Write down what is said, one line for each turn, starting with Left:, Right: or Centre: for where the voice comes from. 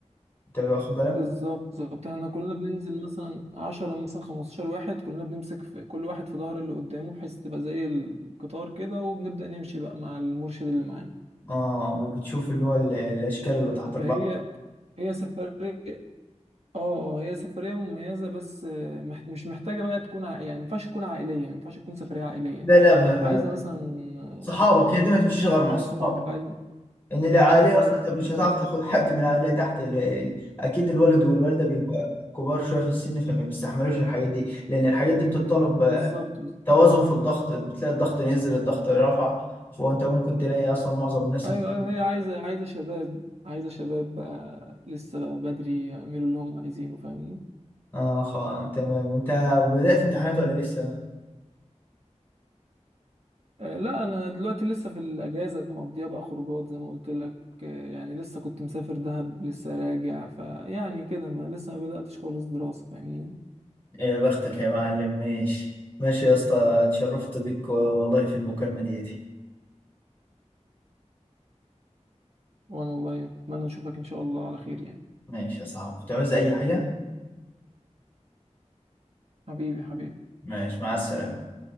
Left: انت واخد بالك
Right: بالظبط بالظبط احنا كلنا بننزل مثلا عشرة مثلا خمستاشر واحد كلنا بنمسك في كل واحد في ظهر اللي قدامه بحيث تبقى زي القطار كده وبنبدأ نمشي بقى مع المرشد اللي معانا
Left: اه وبتشوف اللي هو ال- الاشكال اللي تحت البحر
Right: هي هي سفرية اه اه هي سفرية مميزة بس آه، مح- مش محتاجة بقى تكون ع... يعني مينفعش تكون عائلية مينفعش تكون سفرية عائلية
Left: لا لا ما- ما-
Right: عايزة مثلا
Left: صحابك
Right: صحابك
Left: هي دي ما تمشيش غير مع
Right: عايز
Left: صحابك
Right: صحابك عايز
Left: ان العائليه
Right: بالظبط
Left: اصلا انت مش
Right: بالظبط
Left: هتعرف تاخد حد من العائليه تحت ال- ال- اكيد الولد والوالده بيبقى كبار شويه في السن فما بيستحملوش الحاجات دي لان الحاجات دي بتتطلب
Right: بالظبط
Left: آه، توازن في الضغط بتلاقي الضغط نزل الضغط رفع فانت ممكن تلاقي اصلا معظم الناس
Right: ايوه
Left: اللي
Right: ايوه هي عايزه عايزه شباب عايزه شباب بقى لسه بقى بدري يعملوا اللي هم عايزينه فاهمني
Left: اه خ... تمام انت بدأت امتحانات ولا لسه؟
Right: آه لا انا دلوقتي لسه في الاجازه مقضيها بقى خروجات زي ما قلت لك آه يعني لسه كنت مسافر دهب لسه راجع فيعني كده ما لسه ما بداتش خالص دراسه فاهمني
Left: يا بختك يا معلم ماشي ماشي يا اسطى اتشرفت بك والله في المكالمة دي دي
Right: وانا والله اتمنى اشوفك ان شاء الله على خير يعني
Left: ماشي يا صاحبي تعوز أي حاجة؟
Right: حبيبي حبيبي
Left: ماشي مع السلامة